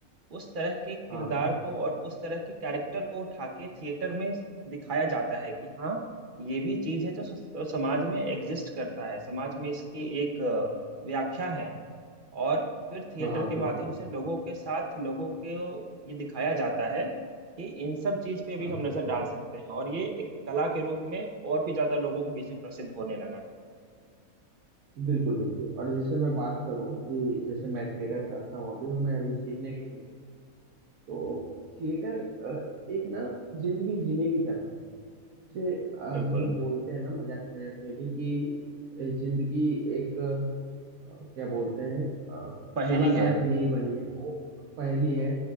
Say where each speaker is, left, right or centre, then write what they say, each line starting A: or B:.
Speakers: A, on the right; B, on the right.
A: उस तरह के किरदार
B: हाँ
A: को और उस तरह के कैरेक्टर को उठा के थिएटर में दिखाया जाता है कि हाँ ये भी चीज है जो स- समाज में एग्जिस्ट करता है समाज में इसकी एक अ, व्याख्या है और फिर थिएटर
B: हाँ हाँ
A: के
B: बिल्कुल
A: माध्यम से लोगों के साथ लोगों को ये दिखाया जाता है कि इन सब चीज पे भी
B: हाँ
A: हम
B: हाँ
A: नजर डाल सकते हैं और ये एक कला के रूप में और भी ज्यादा लोगों के बीच में प्रसिद्ध होने लगा है
B: बिल्कुल बिल्कुल और जैसे मैं बात करूं कि जैसे मैं थिएटर करता हूँ अभी और मैं अभी सीखने के फेज तो थिएटर अ, एक ना जिंदगी जीने की कला है जैसे अ,
A: बिल्कुल
B: हम लोग बोलते हैं ना मजाक मजाक में भी कि अ, जिंदगी एक अ, क्या बोलते हैं अ,
A: पहेली
B: कलाकार
A: है
B: के लिए ही बनी है वो पहेली है